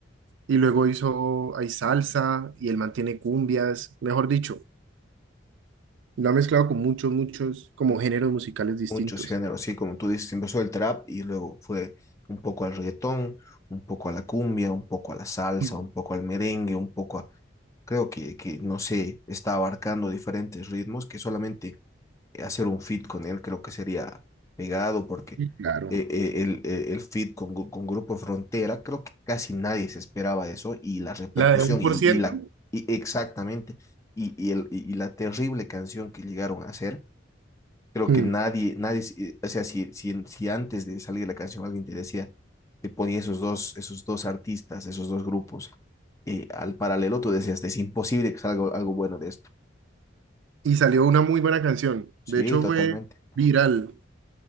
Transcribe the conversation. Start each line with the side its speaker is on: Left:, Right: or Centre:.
Right: y luego hizo, hay salsa, y él mantiene cumbias, mejor dicho. Lo ha mezclado con muchos, muchos, como géneros musicales distintos.
Left: Muchos géneros, sí, como tú dices, empezó el trap y luego fue un poco al reggaetón, un poco a la cumbia, un poco a la salsa,
Right: Mm.
Left: un poco al merengue, un poco a... Creo que, que no sé, está abarcando diferentes ritmos que solamente hacer un fit con él creo que sería pegado porque
Right: Claro.
Left: eh, eh, el, eh, el fit con, gru- con Grupo Frontera, creo que casi nadie se esperaba eso y la repercusión
Right: La de un por
Left: y, y
Right: ciento.
Left: la... y exactamente, y, y el, y y la terrible canción que llegaron a hacer Creo
Right: Hmm.
Left: que nadie, nadie, si, eh, o sea, si, si, si antes de salir la canción alguien te decía, te ponía esos dos, esos dos artistas, esos dos grupos, eh, al paralelo, tú decías, es imposible que salga algo bueno de esto.
Right: Y salió una muy buena canción.
Left: Sí,
Right: De hecho,
Left: totalmente,
Right: fue viral.